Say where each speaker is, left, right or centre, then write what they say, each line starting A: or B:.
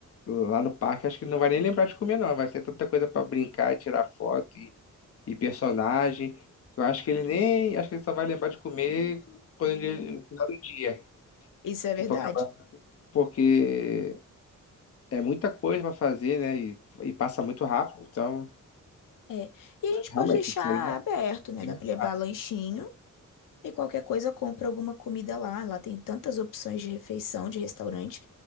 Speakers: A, on the left; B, on the left.
A: lá no parque acho que ele não vai nem lembrar de comer não, vai ser tanta coisa pra brincar, tirar foto e, e personagem, que eu acho que ele nem, acho que ele só vai lembrar de comer quando ele, no final do dia,
B: Isso é
A: que
B: verdade?
A: for acabar, porque é muita coisa pra fazer, né, e, e passa muito rápido, então,
B: É. E a
A: mas
B: gente
A: realmente
B: pode deixar
A: tem que se alimentar,
B: aberto,
A: tem que se
B: né?
A: alimentar.
B: Dá para levar lanchinho.
A: né, é.
B: E qualquer coisa, compra alguma comida lá. Lá tem tantas opções de refeição, de restaurante.